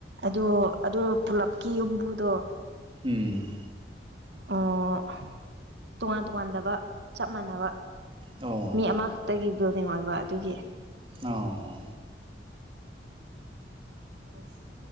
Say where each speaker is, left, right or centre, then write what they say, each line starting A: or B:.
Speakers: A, on the right (about 80°); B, on the right (about 30°).
A: ꯑꯗꯣ ꯑꯗꯨ ꯄꯨꯂꯞꯀꯤ ꯌꯨꯝꯕꯨꯗꯣ
B: ꯎꯝ
A: ꯑꯣ ꯇꯣꯉꯥꯟ ꯇꯣꯉꯥꯟꯗꯕ ꯆꯞ ꯃꯥꯟꯅꯕ
B: ꯑꯣ ꯑꯣ
A: ꯃꯤ ꯑꯃꯈꯛꯇꯒꯤ ꯕꯤꯜꯗꯤꯡ ꯑꯣꯏꯕ ꯑꯗꯨꯒꯤ
B: ꯑꯣ
A: ꯌꯦꯁ